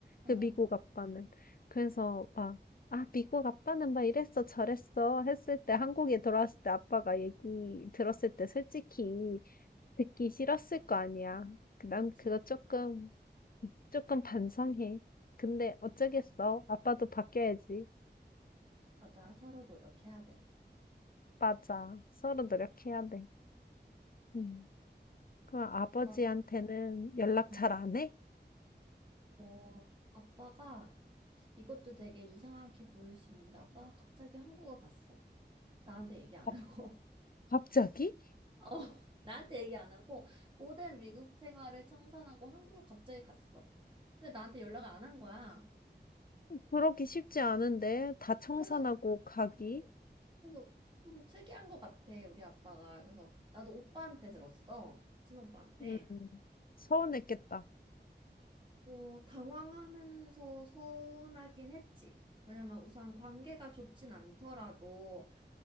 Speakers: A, on the left; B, on the right.
A: 그
B: 응,
A: 미국 아빠는. 그래서 막, 아, 미국 아빠는 막 이랬어, 저랬어 했을 때 한국에 돌아왔을 때 아빠가 얘기 들었을 때 솔직히 듣기 싫었을 거 아니야. 난
B: 그치.
A: 그거 조금, 조금 반성해. 근데 어쩌겠어. 아빠도 바뀌어야지.
B: 맞아. 서로 노력해야 돼.
A: 맞아. 서로 노력해야 돼. 음. 그럼 아버지한테는
B: 너,
A: 연락
B: 응.
A: 잘 안 해?
B: 어, 아빠가 이것도 되게 이상하게 보일 수 있는데 아빠가 갑자기 한국을 갔어. 나한테 얘기 안
A: 갑-
B: 하고.
A: 갑자기?
B: <laughs> 어, 나한테 얘기 안 하고 모든 미국 생활을 청산하고 한국을 갑자기 갔어. 근데 나한테 연락을 안 한 거야.
A: 그러기 쉽지 않은데 다 청산하고
B: 그래서
A: 가기?
B: 어, 그래서 좀 특이한 것 같아, 우리 아빠가. 그래서 나도 오빠한테 들었어. 친오빠한테.
A: 음, 서운했겠다.
B: 어, 당황하면서 서운하긴 했지. 왜냐면 우선 관계가 좋진 않더라도